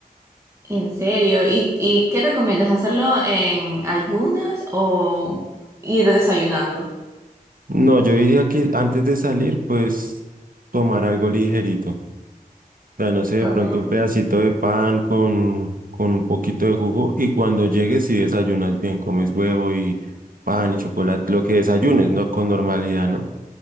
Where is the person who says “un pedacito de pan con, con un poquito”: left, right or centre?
Right